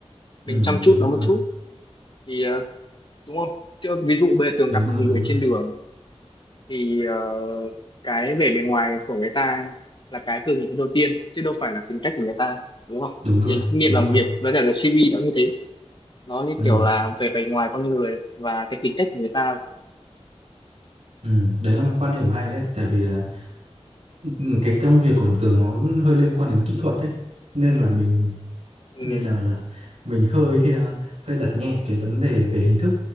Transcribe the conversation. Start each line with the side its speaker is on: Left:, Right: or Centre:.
Right: ừ
Left: mình chăm chút
Right: đúng
Left: nó
Right: rồi
Left: một chút thì ờ, đúng không chứ ví dụ bây giờ Tường
Right: đúng
Left: gặp
Right: rồi
Left: một người
Right: đúng rồi
Left: trên đường thì ờ, cái vẻ bề ngoài của người ta là cái Tường nhìn thấy đầu tiên chứ đâu phải là tính cách của người ta đúng không
Right: đúng rồi
Left: thì kinh nghiệm
Right: đúng
Left: làm
Right: rồi
Left: việc với cả cái CV nó như thế nó như
Right: ừ
Left: kiểu là về bề ngoài con người và cái tính cách của người ta
Right: ừ đấy là một quan điểm hay đấy tại vì là ừ, cái công việc của tường nó hơi liên quan đến kỹ thuật đấy nên là mình
Left: ừ,
Right: như nào nhỉ mình hơi ờ, hơi đặt nhẹ cái vấn đề về hình thức